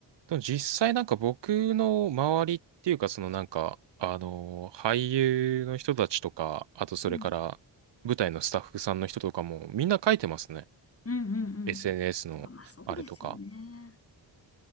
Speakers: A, on the right (about 85°); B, on the left (about 35°).
A: でも実際なんか僕の周りっていうかそのなんか、あの俳優の人たちとか、あとそれから舞台のスタッフさんの人とかもみんな書いてますね。
B: うん。うんうんうん。
A: SNS のあれとか。
B: やっぱまあ、そうですよね。